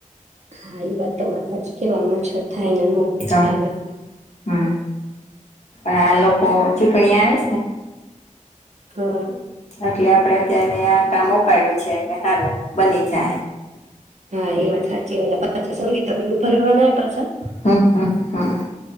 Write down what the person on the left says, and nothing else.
તો
હમ આ લોકો ચૂંટણી આવે છે.
એટલે આપડે અત્યારે કામ ઉપાડું છે એટલે સારું બની જહે.
હમ હમ હમ